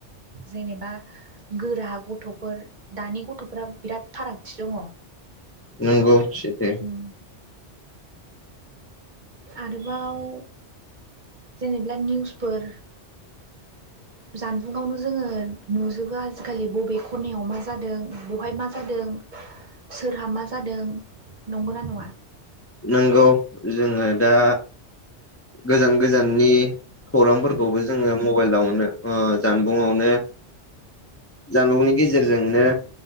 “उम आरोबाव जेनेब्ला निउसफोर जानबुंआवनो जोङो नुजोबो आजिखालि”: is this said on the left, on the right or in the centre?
Right